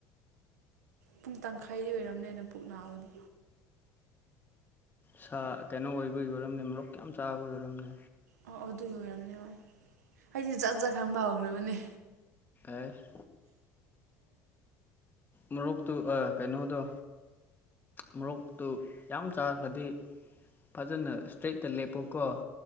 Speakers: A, on the right; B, on the left.
A: ꯄꯨꯡ ꯇꯪꯈꯥꯏꯗꯤ ꯑꯣꯏꯔꯝꯅꯦꯅ ꯄꯨꯛ ꯅꯥꯕꯗꯣ
B: ꯁꯥ ꯀꯩꯅꯣ ꯑꯣꯏꯕꯩ ꯑꯣꯏꯔꯝꯅꯦ ꯃꯣꯔꯣꯛ ꯀꯌꯥꯝ ꯆꯥꯕꯩ ꯑꯣꯏꯔꯝꯅꯦ
A: ꯑꯣ ꯑꯗꯨ ꯑꯣꯏꯔꯝꯅꯤ ꯍꯣꯏ ꯍꯥꯏꯗꯤ ꯆꯖꯠ ꯖꯠ ꯈꯪꯕ ꯍꯧꯈ꯭ꯔꯕꯅꯦ
B: ꯑꯦꯁ ꯃꯣꯔꯣꯛꯇꯨ ꯑ ꯀꯩꯅꯣꯗꯣ ꯃꯣꯔꯣꯛꯇꯨ ꯌꯥꯝ ꯆꯥꯈ꯭ꯔꯗꯤ ꯐꯖꯅ ꯏꯁꯇ꯭ꯔꯦꯠꯇ ꯂꯦꯞꯄꯣꯀꯣ